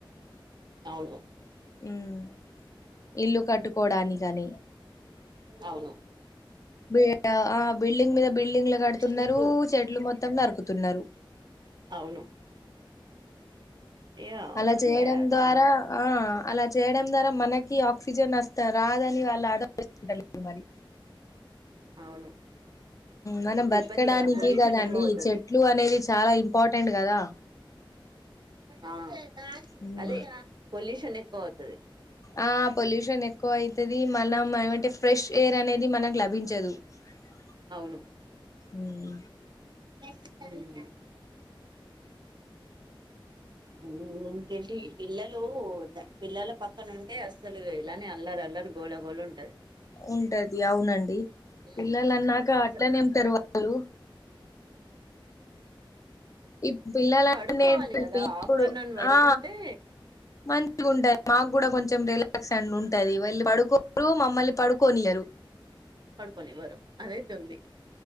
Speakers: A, on the right (about 55°); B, on the left (about 40°).
A: అవును
B: హ్మ్. ఇల్లు కట్టుకోవడానికని
A: అవును
B: బి ఆ బిల్డింగ్ మీద బిల్డింగ్ కడుతున్నారు
A: మీకు
B: చెట్లు మొత్తం నరుకుతున్నారు
A: అవును ఏ అవుతుంది
B: అలా చేయడం
A: ఏ రాను.
B: ద్వారా ఆ అలా చేయడం ద్వారా మనకి ఆక్సిజన్ వస్తా రాదని వాళ్ళు ఆలే మరి
A: అవును
B: మనం
A: ఇప్పుడు
B: బతకడానికే
A: ఇబ్బంది కదా పొల్యూషన్
B: కదండి
A: ఎక్కువ అవుతది
B: చెట్లు అనేది చాలా ఇంపార్టెంట్ కదా
A: ఆ
B: ఉమ్
A: అదే పొల్యూషన్ ఎక్కువ అవుతది
B: ఆ పొల్యూషన్ ఎక్కువ అయితది మనం ఏమంటే ఫ్రెష్ ఎయిర్ అనేది మనకు లభించదు అ
A: అవును
B: మ్మ్
A: నెక్స్ట్ <inaudible> మ్మ్ వంట చెయ్ పిల్లలు పిల్లలు పక్కన ఉంటే అసలు ఇలానే అల్లరల్లరు గోళగోళ ఉంటది
B: ఉంటది అవునండి
A: హ్మ్.
B: పిల్లలు అన్నాక
A: అసలు
B: అట్లనే ఉంటారు వారు ఈ పిల్లలన్నీ
A: పడుకోవాలి కదా
B: ఇప్పుడు
A: ఆఫ్టర్నూన్ పడుకుంటే
B: ఆ మంచిగా ఉంటయి మాకు కూడా కొం చెం రిలాక్స్ అన్న ఉంటది వీళ్ళు పడుకోరు మమ్మల్ని పడుకొనియరు
A: పడుకొనివ్వరు అదై ంది